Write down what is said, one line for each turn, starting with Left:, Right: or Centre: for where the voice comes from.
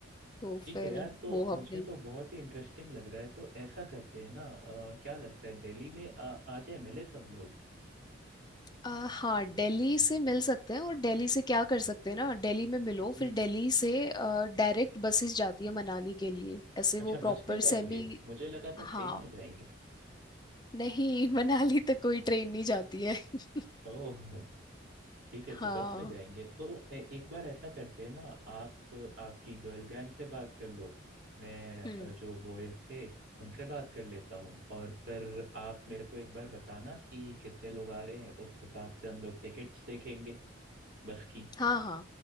Left: तो
Right: ठीक
Left: फिर
Right: है यार तो
Left: वो
Right: मुझे
Left: हमने
Right: तो बहुत ही इंटरेस्टिंग लग रहा है तो ऐसा करते हैं ना अ, क्या लगता है दिल्ली में आ, आ जाए मिले सब लोग
Left: आ, हाँ दिल्ली से मिल सकते हैं और दिल्ली से क्या कर सकते हैं ना दिल्ली में मिलो
Right: हम्म
Left: फिर दिल्ली से डायरेक्ट बसेस जाती है मनाली के लिए ऐसे
Right: अच्छा
Left: वो
Right: बस
Left: प्रॉपर
Right: में जाएंगे
Left: सेमी
Right: मुझे लगा था
Left: हाँ
Right: ट्रेन में जाएंगे
Left: नहीं मनाली तो कोई ट्रेन नहीं जाती है <laughs>
Right: ओह ठीक है तो
Left: हाँ
Right: बस में जाएंगे तो ए, एक बार ऐसा करते हैं ना आप आपकी गर्ल गैंग से बात कर लो मैं अ,
Left: हम्म
Right: जो बॉयज थे उनसे बात कर लेता हूँ और फिर आप मेरे को एक बार बताना कि कितने लोग आ रहे हैं उस हिसाब से हम लोग टिकट्स देखेंगे बस की
Left: हाँ हाँ